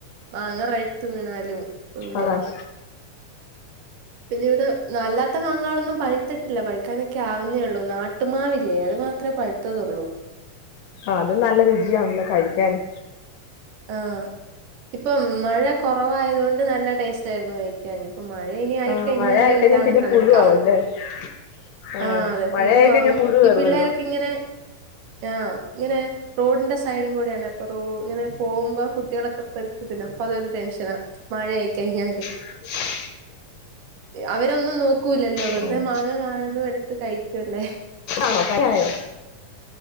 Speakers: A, on the right; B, on the left.
A: മാങ്ങ പഴുത്ത് വീണാലും ഫുള്ള്
B: ആഹ്
A: പിന്നെ ഇവിടെ അല്ലാത്ത മാങ്ങാളൊന്നും പഴുത്തിട്ടില്ല പഴുക്കാനൊക്കെ ആവുന്നേയുള്ളൂ നാട്ടുമാവില്ലേ അത് മാ ത്ര പഴുത്തതൊള്ളൂ
B: ആഹ് അത് നല്ല രുചിയാണല്ലോ കഴിക്കാന്
A: ആഹ് ഇപ്പം മഴ കുറവായതുകൊണ്ട് നല്ല ടേസ്റ്റ് ആയിരുന്നു കഴിക്കാന് അപ്പൊ മഴ ഇനി ആയിക്കഴിഞ്ഞാല്
B: ആഹ് മഴ ആയിക്കഴിഞ്ഞാ
A: എല്ലാം
B: പിന്നെ
A: കണക്കാ
B: <unintelligible>
A: ആഹ് അതെ
B: മഴയായിക്കഴിഞ്ഞാ
A: പുഴുവാകും
B: പുഴു കേറുവല്ലോ
A: ഈ പിള്ളേരൊക്കെ ഇങ്ങനെ ആഹ് ഇങ്ങനെ റോഡിന്റെ സൈഡും കൂടിയാണ് ഇപ്പൊ ഇങ്ങനെ പോകുമ്പോ കുട്ടികളൊക്കെ പെറുക്കി തിന്നും അപ്പൊ അതൊരു ടെൻഷനാ മഴ ആയി കഴിഞ്ഞാല്
B: <unintelligible>
A: അവരൊന്നും നോക്കൂലല്ലോ വെറുതെ
B: ആഹ്
A: മാങ്ങ കാണുന്നു എടുത്ത് കഴിക്കല്ലേ
B: ആണോ <unintelligible>